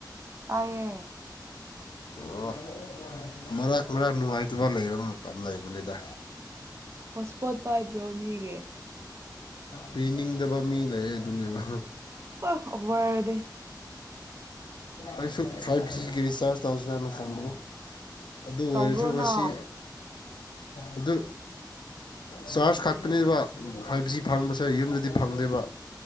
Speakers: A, on the right (about 40°); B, on the left (about 90°).
A: ꯇꯌꯦ
B: ꯑꯣ ꯃꯔꯛ ꯃꯔꯛ ꯅꯨꯡꯉꯥꯏꯇꯕ ꯂꯩꯕ ꯃꯇꯝ ꯂꯩꯕꯅꯤꯗ
A: ꯍꯣꯠꯁꯄꯣꯠ ꯄꯥꯏꯗ꯭ꯔꯣ ꯃꯤꯒꯦ
B: ꯄꯤꯅꯤꯡꯗꯕ ꯃꯤ ꯂꯩ ꯑꯗꯨꯅꯦꯕ
A: ꯑ ꯑꯣꯕꯔꯗ
B: ꯑꯩꯁꯨ ꯐꯥꯏꯚ ꯐꯦꯁꯇꯤ ꯔꯔꯤꯁꯆꯥꯔꯖ ꯇꯖꯤꯅ ꯀꯝꯄꯅꯤ ꯑꯗꯨ
A: ꯇꯧꯔꯣꯅ
B: ꯑꯣꯏꯔꯁꯨ ꯃꯁꯤ ꯑꯗꯨ ꯆꯥꯔꯖ ꯈꯛꯛꯇꯅꯦꯕ ꯐꯥꯏꯚ ꯖꯤ ꯐꯪꯕꯁꯦ ꯌꯨꯝꯗꯗꯤ ꯐꯪꯗꯦꯕ